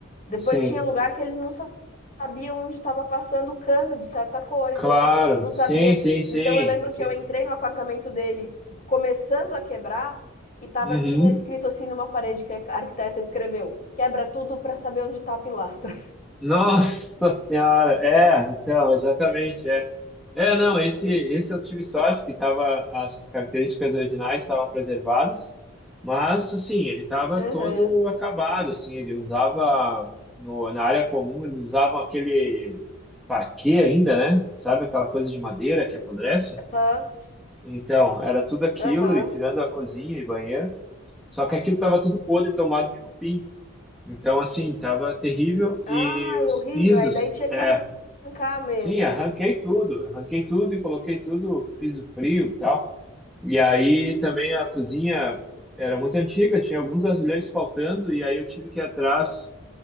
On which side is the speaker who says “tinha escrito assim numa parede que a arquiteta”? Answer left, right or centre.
Left